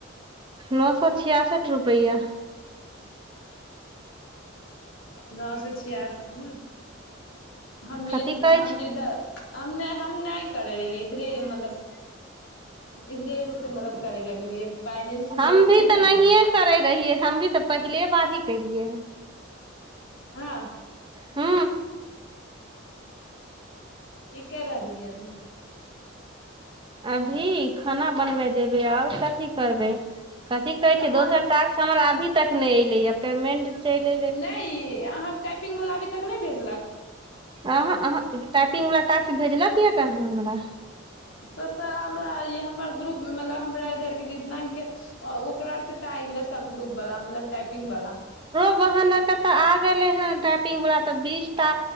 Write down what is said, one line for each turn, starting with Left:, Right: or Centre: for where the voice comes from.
Right: नओ सए छियासठ रुपआ
Left: नौ से छियासी न हमे
Right: कथी कहै
Left: हम
Right: छै
Left: तऽ इधर हम नहि हम नहि करै रहियै इधरे मतलब इधरे से मतलब करे लगलिय बइलेंस
Right: हम
Left: उलेंस
Right: भी
Left: नहि ने
Right: तऽ
Left: रहै
Right: नहिये करे रहियै हम भी तऽ पहिले बार ही केलियै हन
Left: हँ
Right: हू
Left: की कर रहलियै अभी
Right: अभी खाना बनबे जेबै ओर कथी करबै कथी कहै
Left: कहाँ
Right: छै दोसर टास्क हमर आभी तक नहि एलै य पेमेन्ट चलि
Left: नहि अहाँ के टाइपिंग वला भी तक नहि भेजलक
Right: आहा आहा टाइपिंग वला टास्क भेजलक है कहाँ हमरा
Left: तो स हमरा हमर ग्रुप मतलब हमरा इधर के जितना ह के ओकरा के तऽ आ गेले सब ग्रुप वाला मतलब टाइप पिंग बला
Right: हन कतऽ आ गेलै हन टाइपिंग वला तऽ बीस टा